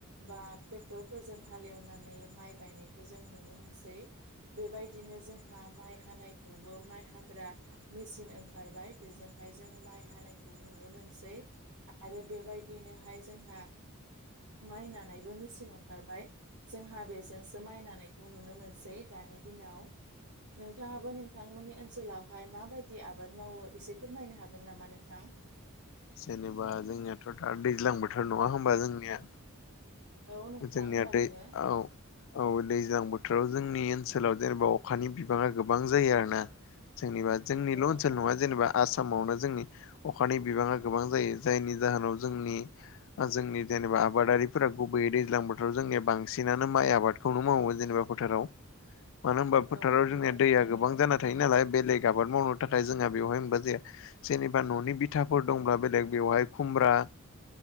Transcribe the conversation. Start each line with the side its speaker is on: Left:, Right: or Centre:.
Right: बा ट्रेक्टर फोरजों हालेवनानै माइ गायनायखौ ज जों नुनो मोनसै बेबायदिनो जोंहा माइ हानायखौबो माइ हाग्रा। मेचिन ओंखारबाय बेजोंहाय जों माइ हानायखौ नुनो मोनसै। आरो बेबायदिनोहाय जोंहा। माइनानैबो मेचिन ओंखारबाय जोंहा बेजोंसो माइनानाय। खौ नुनो मोनसै दानि दिनाव। नोंथाङाबो नोंथांमोननि ओनसोलावहाय माबायदि आबाद मावो एसे फोरमायनो हागोन नामा नोंथां
Left: जेनेबा जोंनियाथ' दा दैज्लां बोथोर नङा होमबा जोंनिया
Right: औ नोंथां
Left: जोंनिया
Right: थारैनो
Left: दै औ औ दैज्लां बोथोराव जोंनि ओनसोलाव जेनेबा अखानि बिबाङा गोबां जायो आरो ना जोंनिबा जोंनिल'
Right: नंगौ
Left: ओनसोल
Right: थारैनो
Left: नङा जेनेबा आसामावनो जोंनि अखानि बिबाङा गोबां जायो जायनि जाहोनाव जोंनि। जोंनि जेनेबा आबादारिफोरा। गुबैयै दैज्लां बोथोराव जोंनिया बांसिनानो माइ आबादखौनो मावोन जेनेबा फोथाराव। मानो होनबा फोथाराव
Right: औ नंगौ
Left: जोंनिया
Right: थारैनो
Left: दैया गोबां जाना थायो नालाय बेलेग आबाद मावनो थाखाय जोंहा बेवहाय होनोमबा जाया जेनेबा न'नि बिथाफोर दंब्ला बेलेग बेवहाय खुमब्रा।